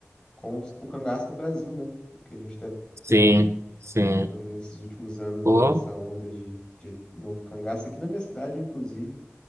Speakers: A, on the left (about 20°); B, on the right (about 70°).
A: com os- o cangaço no Brasil, né? Que a gente te-
B: Sim,
A: teve
B: sim.
A: uh, nesses últimos anos
B: O,
A: aí, essa onda de, de novo cangaço. Aqui na minha cidade, inclusive,